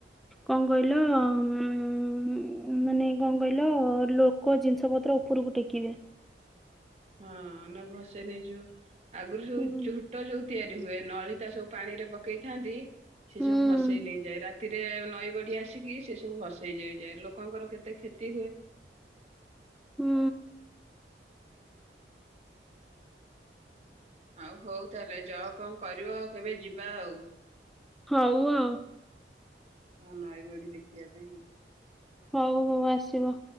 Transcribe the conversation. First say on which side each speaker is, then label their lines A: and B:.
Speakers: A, in the centre; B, on the right (about 35°).
A: କଣ କହିଲ ମାନେ କଣ କହିଲ ଲୋ କ ଜିନିଷ ପତ୍ର ଉପୁରୁକୁ ଟେକିବେ।
B: ହଁ ନ ଭସେଇ ନେଇଯିବ, ଆଗରୁ ସବୁ
A: ହୁଁ
B: ଝୋ ଟ ଯୋଉ ତିଆରି ହୁଏ ନଳିତା ସବୁ ପାଣିରେ ପକେଇଥାନ୍ତି ସିଏ
A: ହୁଁ
B: ସବୁ ଭସେଇ ନେଇଯାଏ। ରାତିରେ ନଈ ବଡି ଆସିକି ସେ ସବୁ ଭସେଇ ଯେଇଯାଏ, ଲୋକଙ୍କର କେତେ କ୍ଷତି ହୁଏ।
A: ହୁଁ।
B: ଆଉ ହଉ ତାହେଲେ ଯଅ କଣ କରିବ କେବେ ଯିବା ଆଉ।
A: ହଉ ଆଉ।
B: ହଁ ନଈବଡି ଦେଖିବା ପାଇଁ।
A: ହଉ ହଉ ଆସିବ।